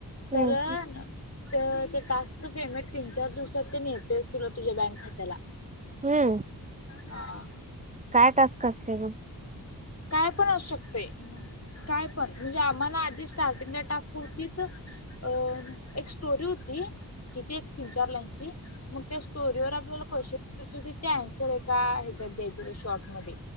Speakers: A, on the left; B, on the right.
A: तर
B: हम्म
A: न तर त्या टस्कच पेमेंट तीन चार दिवसात ते कणी येतयच तुला तुझ्या बँक खात्याला
B: हम्म
A: हा.
B: काय टास्क असते ग
A: काय पण असू शकतय, काय पण म्हणजे आम्हाना आधीच स्टार्टिंगला टास्क होतीत, अ एक स्टोरी होती. किती एक तीन-चार लाईनची, मग त्या स्टोरीवर आपल्याला क्वेशचन येत हुतीत ते अन्सर एका ह्याच्यात द्यायच, शॉर्ट मध्ये,